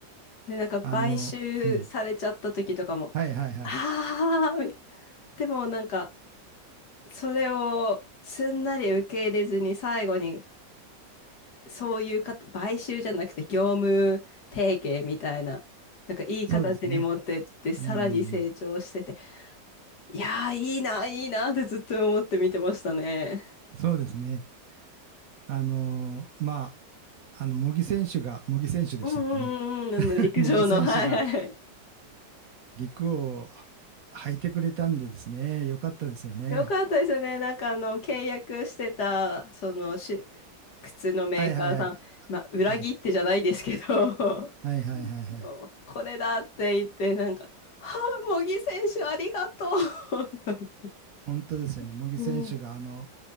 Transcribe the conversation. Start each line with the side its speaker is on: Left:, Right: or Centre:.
Left: で、なんか買収されちゃった時とかも、
Right: あの、うん。はいはいはい。
Left: ああ、みたいなでもなんか、それをすんなり受け入れずに最後に、そういうか、買収じゃなくて業務提携みたいな、なんかいい形に持ってって、
Right: そうですね。
Left: さらに成長してて、
Right: うん。
Left: いやー、いいな、いいなってずっと思って見てましたね。
Right: そうですね。あのーまあ、あの、茂木選手が、茂木選手でしたっけね。
Left: うんうんうん、あの、
Right: <laughs>
Left: 陸上の、
Right: 茂木選手が
Left: <laughs> はいはい。
Right: 陸を履いてくれたんでですね、よかったですよね。
Left: よかったですね。なんかあの、契約してた、そのし、靴のメーカーさん、
Right: はいはいはい。
Left: まあ、裏切ってじゃないですけど、
Right: はい、
Left: <laughs>
Right: はいはいはいはい。
Left: おこれだって言って、なんか、はあ、茂木選手ありがとう。
Right: 本当ですよね。茂木選手が、
Left: <laughs> うん。うん。
Right: あの、